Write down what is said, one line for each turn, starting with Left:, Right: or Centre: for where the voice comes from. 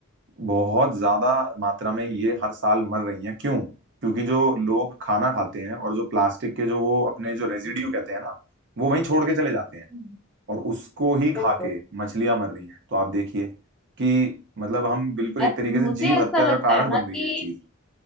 Right: बहुत ज्यादा मात्रा में ये हर साल मर रही हैं क्यों क्योंकि जो लोग खाना खाते हैं और जो प्लास्टिक के जो वो अपने जो रेजिड्यू कहते हैं ना वो वहीं छोड़ के चले जाते हैं
Centre: हम्म,
Right: और उसको ही
Centre: बिल्कुल
Right: खा के मछलियां मर रही हैं तो आप देखिए कि मतलब हम बिल्कुल
Centre: अ-
Right: एक तरीके
Centre: मुझे
Right: से जीव हत्या
Centre: ऐसा लगता
Right: का कारण
Centre: है ना
Right: बन
Centre: कि
Right: रही है ये चीज